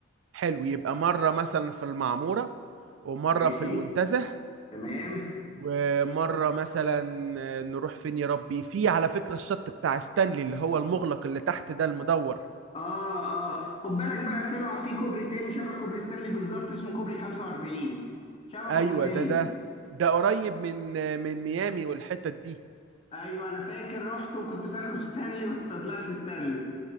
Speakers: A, on the right; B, on the left.
A: حلو يبقى مرة مثلا في المعمورة ومرة
B: ماشي
A: في المنتزه
B: تمام
A: ومرة مثلا آه، نروح فين يا ربي في على فكرة الشط بتاع ستانلي اللي هو المغلق اللي تحت ده المدور
B: اه اه خد بالك بقى طلع في كوبري تاني شبه كوبري ستانلي بالظبط اسمه كوبري 45 شبهه
A: ايوه
B: بالملي
A: ده ده ده قريب من آه، من ميامي والحتت دي
B: ايوه انا فاكر رحت وكنت فاكره ستانلي بس ما طلعش ستانلي